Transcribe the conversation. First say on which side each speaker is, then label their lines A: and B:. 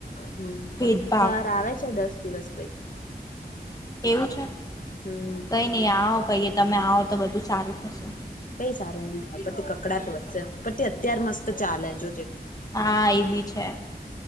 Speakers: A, on the left; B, on the left.
A: હમ
B: ભેદભાવ
A: સર આવે છે દસ દિવસ પઈ
B: એ અવુ છે.
A: હમ
B: કઈ નહી આ કહીએ તમે આવો તો બધું સારું થશે.
A: કઈ સારું નહિ થાય પતી કકડાટ વધશે પતી અત્યારે મસ્ત ચાલે જોજે.
B: હા એ બી છે.